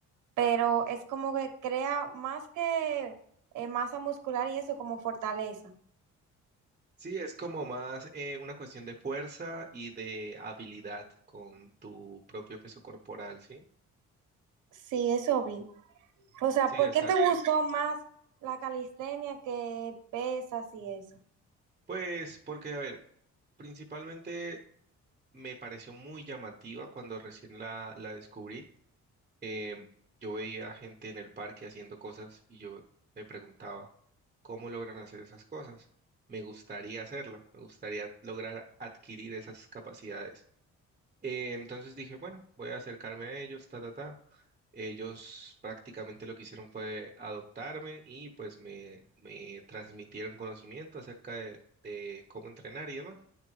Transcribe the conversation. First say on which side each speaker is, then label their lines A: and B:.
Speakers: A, on the right; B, on the right.
A: pero es como que crea más que eh, masa muscular y eso como fortaleza.
B: Sí, es como más eh, una cuestión de fuerza y de habilidad con tu propio peso corporal, ¿sí?
A: Sí, eso vi. O sea,
B: Sí,
A: ¿por
B: exacto.
A: qué te gustó más la calistenia que pesas y eso?
B: Pues porque, a ver, principalmente me pareció muy llamativa cuando recién la, la descubrí. Em, yo veía gente en el parque haciendo cosas y yo me preguntaba, ¿cómo logran hacer esas cosas? Me gustaría hacerlo, me gustaría lograr adquirir esas capacidades. Eh, entonces dije, bueno, voy a acercarme a ellos, ta, ta, ta. Ellos prácticamente lo que hicieron fue adoptarme y pues me, me transmitieron conocimiento acerca de, de cómo entrenar y demás.